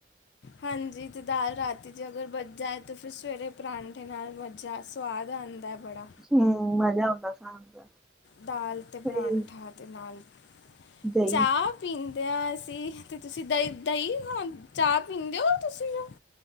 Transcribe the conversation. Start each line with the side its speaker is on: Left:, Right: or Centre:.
Left: ਹਾਂਜੀ ਤੇ ਦਾਲ ਰਾਤੀ 'ਚ ਅਗਰ ਬਚ ਜਾਏ ਤਾਂ ਫਿਰ ਸਵੇਰੇ ਪਰਾਂਠੇ ਨਾਲ ਬਚ ਜਾ ਸੁਵਾਦ ਆਉਂਦਾ ਬੜਾ
Centre: ਹਮ, ਮਜ਼ਾ ਆਉਂਦਾ ਖਾਣ ਦਾ
Left: ਦਾਲ ਤੇ ਪਰਾਂਠਾ
Centre: ਸਹੀ
Left: ਤੇ ਨਾਲ
Centre: ਦਹੀਂ
Left: ਚਾਹ ਪੀਂਦੇ ਹਾਂ ਅਸੀਂ ਤੇ ਤੁਸੀਂ ਦਹੀ ਦਹੀਂ ਖਾਂ ਚਾਹ ਪੀਂਦੇ ਹੋ, ਤੁਸੀਂ ਜੋ